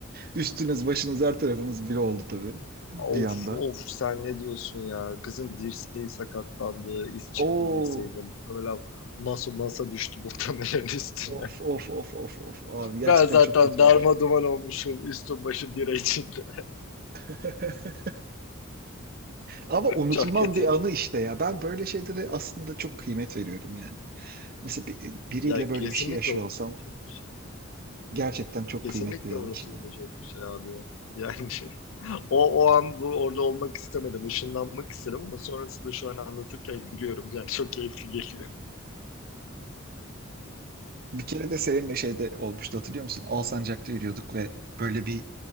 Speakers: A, on the right; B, on the left.
A: Üstünüz başınız her tarafınız bir oldu tabii. Bir
B: Of
A: anda.
B: of sen ne diyorsun ya? Kızın dirseği sakatlandı. iz çıktı
A: Oo.
B: dirseğinde. Muhtemelen masa masa düştü muhtemelen <laughs> üstüne.
A: Of of of of of abi gerçekten
B: Ben zaten
A: çok kötüymüş.
B: darma duman olmuşum. Üstüm başım bira içinde.
A: <laughs> Ama
B: <laughs>
A: unutulmaz
B: Çok kötü
A: bir anı işte ya. Ben böyle şeylere aslında çok kıymet veriyorum yani. Mesela bir- biriyle
B: Ya
A: böyle
B: kesinlikle
A: bir şey yaşıyor
B: unutulmayacak
A: olsam
B: bir şey.
A: gerçekten çok
B: Kesinlikle
A: kıymetli benim
B: unutulmayacak
A: için. yani.
B: bir şey abi ya. Yani <laughs> o, o an bu orada olmak istemedim. ışınlanmak istedim ama sonrasında şu an anlatırken gülüyorum. Yani çok keyifli geliyor.
A: Bir kere de seninle şeyde olmuştu hatırlıyor musun? Alsancak'ta yürüyorduk ve böyle bir